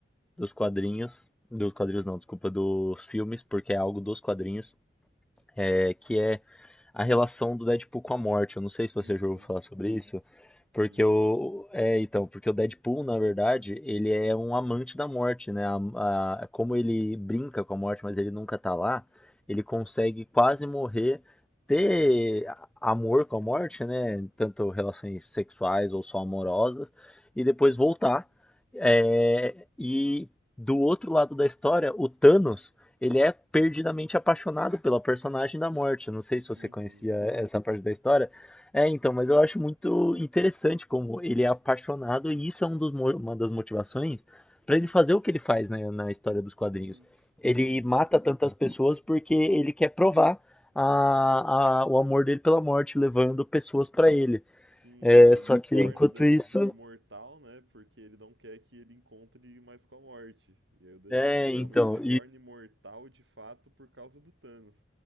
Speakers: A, in the centre; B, on the right.
A: dos quadrinhos, dos quadrinhos não, desculpa, dos filmes, porque é algo dos quadrinhos é, que é a relação do Deadpool com a morte. Eu não sei se você
B: Uhum,
A: já ouviu falar sobre isso,
B: sim,
A: porque o é, então, porque o Deadpool, na verdade, ele é um amante da morte, né? A- a- como ele brinca com a morte, mas ele nunca tá lá, ele consegue quase morrer, ter a- amor com a morte, né? Tanto relações sexuais ou só amorosas, e depois voltar. É, e do outro lado da história, o Thanos ele é perdidamente apaixonado pela personagem da Morte. Eu não sei se você
B: uhum,
A: conhecia essa parte da história. É, então, mas eu acho muito interessante como ele é apaixonado e isso é um dos mo- uma das motivações para ele fazer o que ele faz, né, na história dos
B: sim.
A: quadrinhos. Ele
B: E
A: mata tantas pessoas porque ele quer provar a- a- o amor dele pela Morte, levando pessoas para ele.
B: Sim,
A: É,
B: aí ele
A: só que
B: torna
A: enquanto
B: o Deadpool
A: isso,
B: imortal, né? Porque ele não quer que ele encontre mais com a morte. E aí o Deadpool
A: é,
B: realmente
A: então,
B: se torna imortal de fato por causa do Thanos.